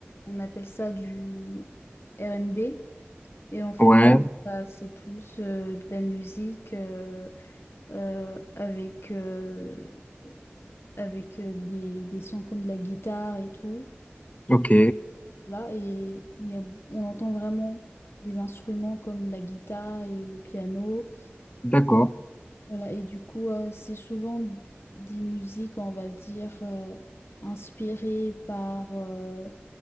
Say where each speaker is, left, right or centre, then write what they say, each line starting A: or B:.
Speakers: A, on the left (about 65°); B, on the left (about 35°).
A: on appelle ça du R&B. Et en fait,
B: ouais,
A: bah, c'est plus euh, de la musique euh, euh, avec, euh, avec euh, des, des sons comme de la guitare et tout.
B: ok,
A: Là, et où il y a- on entend vraiment des instruments comme la guitare et le piano.
B: d'accord.
A: Voilà, et du coup, euh, c'est souvent des musiques, on va dire, euh, inspirées par euh,